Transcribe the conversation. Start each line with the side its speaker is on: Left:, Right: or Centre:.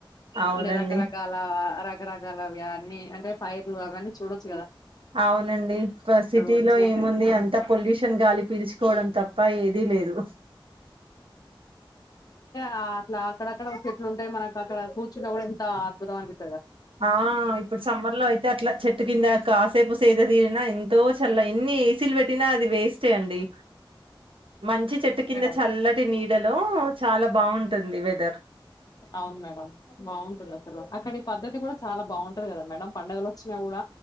Right: అవునండి
Left: అన్ని రకరకాల అ రకరకాల అవి అన్నీ అంటే పైర్లు అవన్నీ చూడోచ్చు
Right: అవునండి ప సిటీలో
Left: మంచిగా ఉంటాయి
Right: ఏముంది అంత పొల్యూష షన్ గాలి పీల్చుకోవడం తప్ప ఏది లేదు
Left: ఆ అట్లా అక్కడక్కడ ఒక చెట్లు ఉంటాయి మనకు అక్కడ కూర్చున్న గుడా ఎంత అద్భుతం అనిపింది
Right: ఆ ఇప్పుడు సమ్మర్ లో అయితే అట్లా చెట్టు కింద కాసేపు సేద తీరిన ఎంతో తల్ల ఎన్ని ఏసీలు పెట్టినా అది వేస్టే అండి మంచి చెట్టు కింద
Left: మేడం
Right: చల్లటి నీడలో చాలా బాగుంటుంది వెదర్
Left: అవును మేడం బాగుంటది అసలు అక్కడి పద్ధతి కూడా చాలా బాగుంటది గదా మేడం పండుగలోచ్ న గుడ